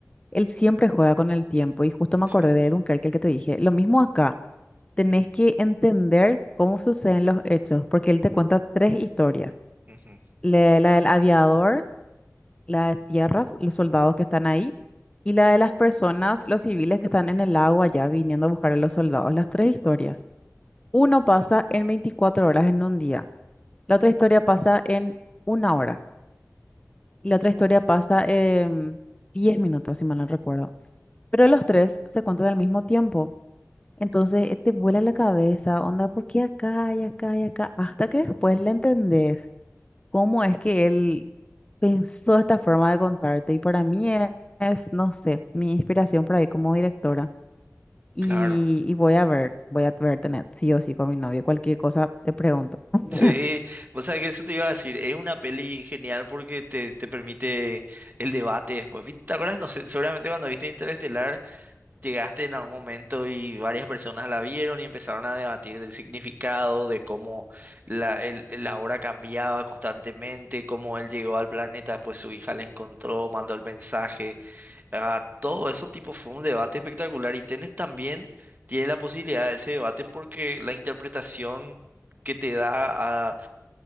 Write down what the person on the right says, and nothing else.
sí.
Ujú.
Claro.
Sí, o sea que eso te iba a decir, es una peli genial porque te, te permite el debate después. ¿Viste? ¿Te acuerdas? No sé, seguramente cuando viste Interestelar llegaste en algún momento y varias personas la vieron y empezaron a debatir del significado, de cómo la, el- la hora cambiaba constantemente, cómo él llegó al planeta, después su hija le encontró, mandó el mensaje. ah, todo eso tipo fue un debate espectacular y tenés también, tiene la posibilidad de ese debate porque la interpretación que te da